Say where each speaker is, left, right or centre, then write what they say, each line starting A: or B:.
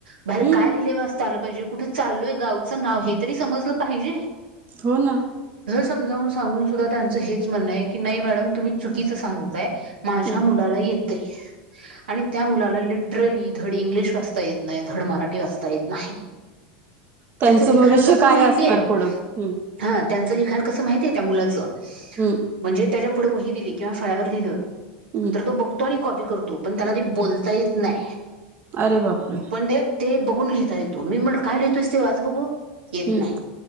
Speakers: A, on the right; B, on the right.
A: बाहेर
B: हम्म
A: काय लिहिले. कळालं पाहिजे. कुठे चाललोय गावचं नाव हे तरी समजलं पाहिजे.
B: हो ना.
A: समजवून सांगून सुद्धा त्यांच हेच म्हण आहे की, नाही मॅडम तुम्ही चुकीचं सांगताय. माझ्या
B: हं.
A: मुलाला येतय. आणि त्या मुलाला लिटरली धड इंग्लिश वाचता येत नाही. धड मराठी वाचता येत नाही.
B: त्यांचं
A: त्याच लिखाण
B: भविष्य
A: कसं
B: काय
A: माहितीय.
B: असणार पुढं हम्म
A: हा त्यांचं लिखाण कस माहितीय त्या मुलाच
B: हम्म
A: म्हणजे त्याच्या पुढं वही दिली. किंवा फळावर लिहिलं.
B: हम्म
A: तर तो बघतो आणि कॉपी करतो पण त्याला ते बोलता येत नाही.
B: अरे बापरे.
A: पण ते बघून लिहिता येतो. मी म्हणल काय लिहतोस ते वाच बघू. येत
B: हम्म
A: नाही.